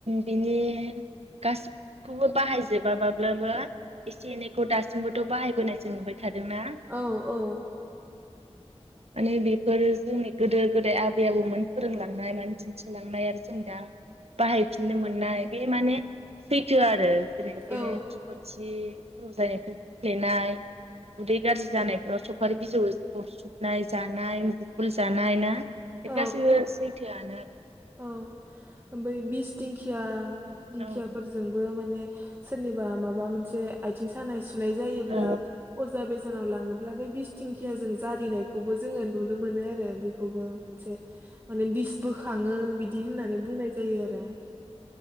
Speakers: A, on the right (about 65°); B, on the right (about 20°).
A: बिनि गासिबोखौबो बाहायजोबा माब्लाबा एसे एनैखौ दासिमबोथ' बाहायबोनाय जों नुबाय थादोंना?
B: औ औ
A: माने बेफोर जोंनि गोदो गोदाय आबै आबौ मोन फोरोंलांनाय मान दिन्थिलांनाय आरो जों दा बाहायफिननो मोननाय बे माने सैथो आरो। <inaudible> थुलुन्सि।
B: औ
A: <unintelligible> जायनायफ्राय फ्लेनाय उदै गाज्रि जानायफोराव सफारि बिजौ अरसुबनाय जानाय <unintelligible> जानाय ना।
B: औ
A: बे गासैबो सैथोआनो आरो
B: औ औ बै बिस दिंखिया दिंखियाफोरजोंबो
A: औ
B: माने सोरनिबा माबा मोनसे आयथिं सानाय सु <unintelligible> जायोब्ला
A: बे
B: अजा बेजा <inaudible> लाङोब्ला बै बिसथिंखियाजोंं <unintelligible> रिनायखौबो जोङो नुनो मोनो आरो बेखौबो मोनसे माने बिस बोखाङो बिदि होननानै बुंनाय जायो आरो